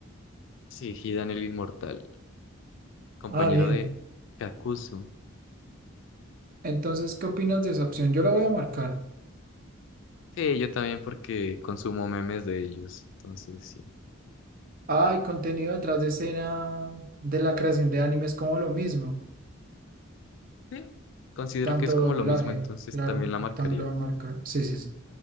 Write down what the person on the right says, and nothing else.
Ah, bien.
Entonces, ¿qué opinas de esa opción? Yo la voy a marcar.
Ah, y contenido detrás de escena de la creación de animes como lo mismo.
Tanto
doblaje,
claro,
también lo voy a marcar. Sí, sí, sí.